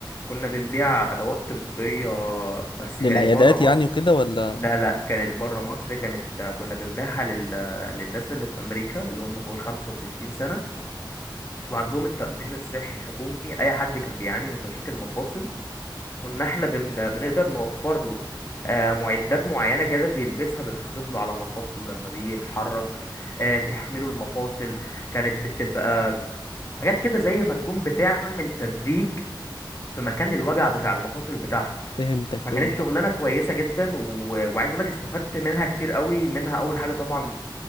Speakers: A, on the left; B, on the left.
A: كنا بنبيع أدوات طبية بس
B: للعيادات
A: كانت بره مصر
B: يعني وكده ولا
A: لا لا كانت بره مصر كانت آه، كنا بنبيعها لل... آه، للناس اللي في أمريكا اللي هم فوق ال 65 سنة وعندهم التأمين الصحي الحكومي أي حد كان بيعاني من مشاكل مفاصل كنا احنا بن... بنقدر نوفر له آه، معدات معينة كده بيلبسها بتحافظ له على مفاصله لما بيجي يتحرك آه، تحمله المفاصل كانت بتبقى حاجات كده زي ما تكون بتعمل تدليك في مكان الوجع بتاع المفاصل بتاعهم
B: فهمتك
A: فكانت
B: فهمتك
A: شغلانه كويسه جدا و... وعايز اقول لك استفدت منها كتير قوي منها اول حاجه طبعا